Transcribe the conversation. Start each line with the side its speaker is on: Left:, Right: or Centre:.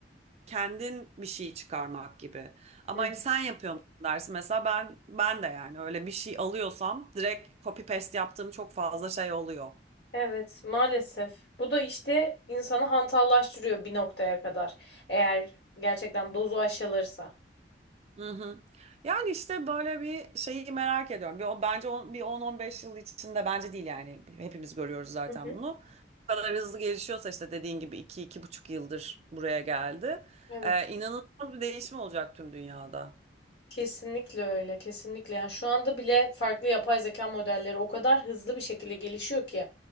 Right: kendin bir şey çıkarmak gibi. Ama
Left: hı.
Right: hani sen yapıyorsun dersin. Mesela ben ben de yani öyle bir şey alıyorsam direkt copy paste yaptığım çok fazla şey oluyor.
Left: Evet, maalesef. Bu da işte insanı hantallaştırıyor bir noktaya kadar. Eğer gerçekten dozu aşılırsa.
Right: Hı hı. Yani işte böyle bir şeyi merak ediyorum. Bir, o- bence on, bir 10-15 yıl içinde bence değil yani. Hepimiz görüyoruz zaten
Left: Hı hı.
Right: bunu. Bu kadar hızlı gelişiyorsa işte dediğin gibi iki iki buçuk yıldır buraya geldi.
Left: Evet.
Right: Ee, inanılmaz bir değişim olacak tüm dünyada.
Left: Kesinlikle öyle, kesinlikle. Yani şu anda bile farklı yapay zeka modelleri o kadar hızlı bir şekilde gelişiyor ki